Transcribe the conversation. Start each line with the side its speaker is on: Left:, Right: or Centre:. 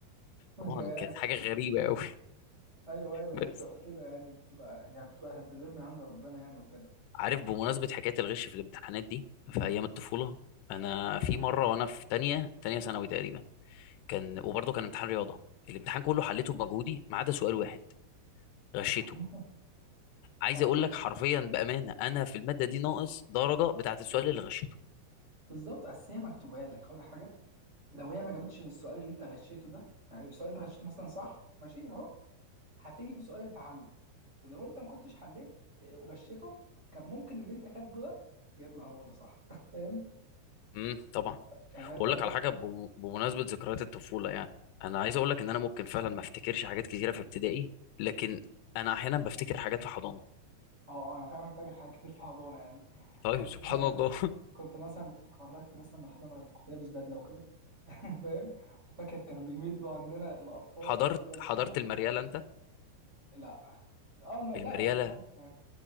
Left: طبعا
Right: ياه
Left: كانت حاجة غريبة أوي
Right: ايوه ايوه
Left: <laughs>
Right: هي
Left: بس
Right: بتبقى كده يعني بتبقى يعني بتبقى تدبير من عند ربنا يعني وكده
Left: عارف بمناسبة حكاية الغش في الامتحانات دي في أيام الطفولة أنا في مرة وأنا في تانية تانية ثانوي تقريبا كان وبرضه كان امتحان رياضه الامتحان كله حليته بمجهودي ما عدا سؤال واحد غشيته
Right: <laughs>
Left: عايز
Right: بعدين
Left: اقول لك حرفيا بامانه انا في الماده دي ناقص درجه بتاعت السؤال اللي غشيته
Right: بالظبط اصل هي مكتوبه لك ولا حاجه لو هي ما جابتش في السؤال اللي انت غشيته ده يعني السؤال اللي انت غشيته مثلا صح ماشي اهو هتيجي في سؤال انت حله ولو انت ما كنتش حليت اه، وغشيته كان ممكن ان انت كاتبه ده يطلع هو اللي صح <laughs> فاهم
Left: امم طبعا
Right: فهي
Left: واقول
Right: بتبقى
Left: لك
Right: كده
Left: على حاجه ب- بمناسبه ذكريات الطفوله يعني انا عايز اقول لك ان انا ممكن فعلا ما افتكرش حاجات كتيره في ابتدائي لكن انا احيانا بفتكر حاجات في حضانه
Right: اه آه، انا فعلا فاكر حاجات كتير في حضانه يعني
Left: طيب
Right: فاكر
Left: سبحان
Right: إن انا
Left: الله
Right: كنت مثلا اتخرجت مثلا من الحضانه كنت لابس بدله وكده <laughs> فاهم وفاكر كانوا بيمدوا عندنا الاطفال
Left: <laughs> حضرت
Right: بيضربوهم
Left: حضرت المرياله انت
Right: لا اه ما- لا
Left: المرياله
Right: لا ما حضرتش يعني.